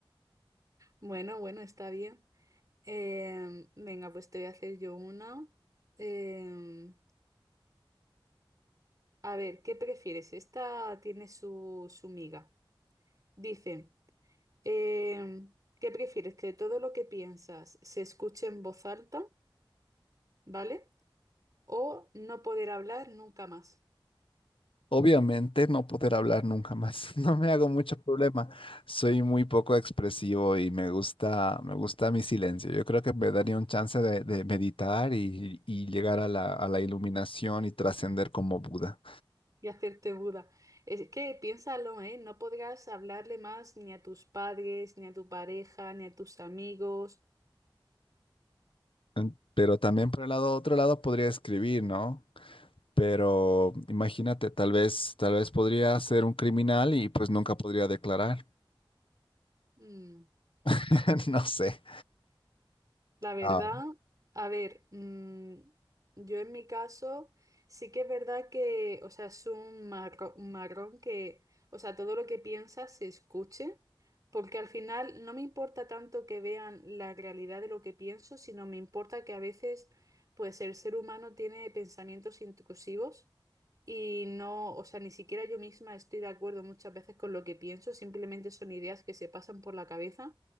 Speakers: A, on the right; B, on the left.
A: Bueno, bueno, está bien. Em, venga, pues te voy a hacer yo una. Em, A ver, ¿qué prefieres? Esta tiene su, su miga. Dice, em, ¿qué prefieres? ¿Que todo lo que piensas se escuche en voz alta, ¿vale? ¿O no poder hablar nunca más
B: Obviamente no poder hablar nunca más. <laughs> No me hago mucho problema. Soy muy poco expresivo y me gusta, me gusta mi silencio. Yo creo que me daría un chance de, de meditar y, y llegar a la, a la iluminación y trascender como Buda.
A: y hacerte Buda? Es que piénsalo, ¿eh? No podrás hablarle más ni a tus padres, ni a tu pareja, ni a tus amigos.
B: En- Pero también por el lado, otro lado podría escribir, ¿no? Pero imagínate, tal vez, tal vez podría ser un criminal y pues nunca podría declarar.
A: Mm,
B: <laughs> No sé.
A: La verdad,
B: Ah,
A: a ver, mm, yo en mi caso sí que es verdad que, o sea, es un marro- un marrón, que, o sea, todo lo que piensas se escuche, porque al final no me importa tanto que vean la realidad de lo que pienso, sino me importa que a veces, pues, el ser humano tiene pensamientos intrusivos y no, o sea, ni siquiera yo misma estoy de acuerdo muchas veces con lo que pienso, simplemente son ideas que se pasan por la cabeza.